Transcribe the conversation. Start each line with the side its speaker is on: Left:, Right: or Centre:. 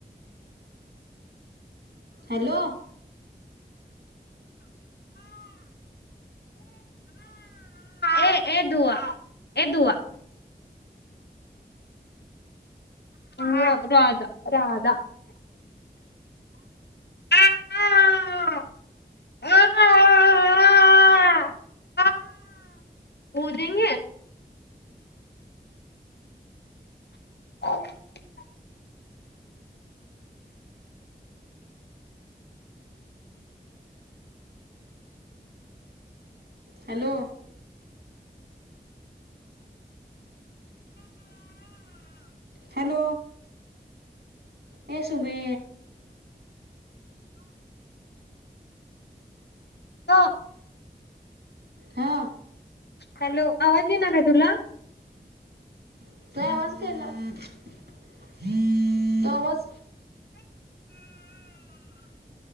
Right: हॅलो.
Left: ए ए दुवा ए दुवा. हा राधा राधा. आ आ आ आ आ. बुदेंगे <inaudible>
Right: हॅलो. हॅलो ए सुमे.
Left: अह.
Right: हा.
Left: हॅलो आवाज येई नाय काय तुला?
Right: येतोय आवाज <unintelligible> तो आवाज